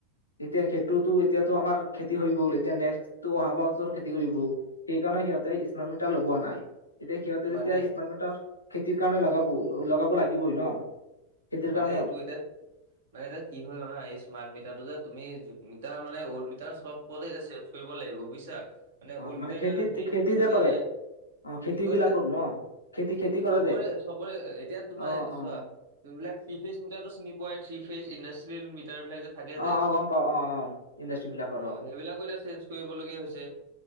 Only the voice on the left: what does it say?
এতিয়া সেইটোতো এতিয়াতো আমাৰ খেতি হৈ গ'ল এতিয়া নেক্সটটো অহা বছৰ খেতি কৰিব। সেইকাৰণে সিহঁতে স্মাৰ্ট মিটাৰ লগোৱা নাই। এতিয়া সিহঁতে যেতিয়া
স্মাৰ্ট মিটাৰ খেতিৰ কাৰণে লগাব লগাব লাগিবই ন। খেতিৰ
কাৰণেও
অ
খেতিত
খেতি
যে
কৰে
অ খেতি
বিলাকত ন খেতি খেতি কৰে
যে
অ
অ
অ
অ গম পাও অ অ ইণ্ডাষ্ট্ৰ্ৰী বিলাকৰ